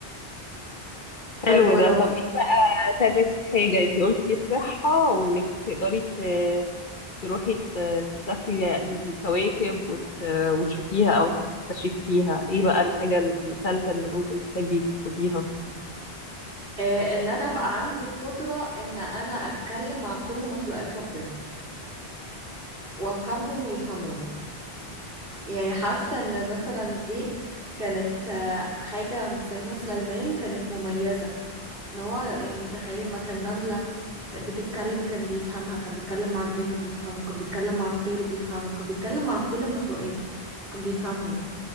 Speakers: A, on the right; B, on the left.
A: طيب
B: حلو
A: ولو
B: ده طب
A: ف...
B: ايه بقى تالت حاجة انتي قلتي الصحة وانك تقدري ت- تروحي ت- تسافري للكواكب وت... وتشوفيها أو تكتشفيها ايه بقى الحاجة الثالثة اللي ممكن تحبي تطلبيها
A: آه، ان انا ابقى عندي القدره ان انا اتكلم مع كل مخلوقات ربنا وافهمهم ويفهموني يعني حاسة ان مثلا دي كانت آه، حاجة عند سيدنا سليمان كانت مميزة ان هو يعني تخيلي ما كان نملة بتتكلم كان بيفهمها كان بيتكلم مع الجن بيفهمه كان بيتكلم مع الطير بيفهمه كان بيتكلم مع كل المخلوقات كان بيفهمهم